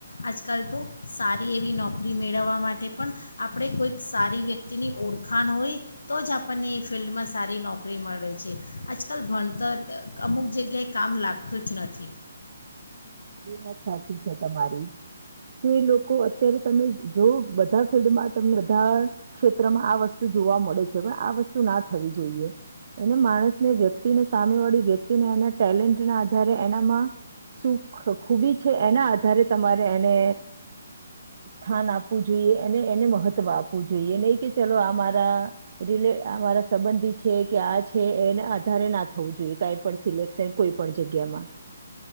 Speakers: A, on the left; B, on the right.
A: આજકાલ તો સારી એવી નોકરી મેળ ળવા માટે પણ આપણે કોઈક સારી વ્યક્તિની ઓળખાણ હોય તો જ આપણને એ ફિલ્ડમાં સારી નોકરી મળે છે. આજકાલ ભણતર ક અમુક જગ્યાએ કામ લાગતું જ નથી.
B: એ વાત સાચી છે તમારી. કે એ લોકો અત્યારે તમે જો બધા ફિલ્ડમાં તમને બધા ક્ષેત્રમાં આ વસ્તુ જોવા મળે છે પણ આ વસ્તુ ના થવી જોઈએ એને માણસને વ્યક્તિને સામે વાળી વ્યક્તિને એના ટેલેન્ટ ના આધારે એનામાં શું ખ ખૂબી છે એના આધારે તમારે એને સ્થાન આપવું જોઈએ અને એને મહત્વ આપવું જોઈએ નહીં કે ચલો આ મારા રિલે આ મારા સંબંધી છે કે આ છે એના આધારે ના થવું જોઈએ કઈ પણ સિલેક્શન કોઈ પણ જગ્યામાં.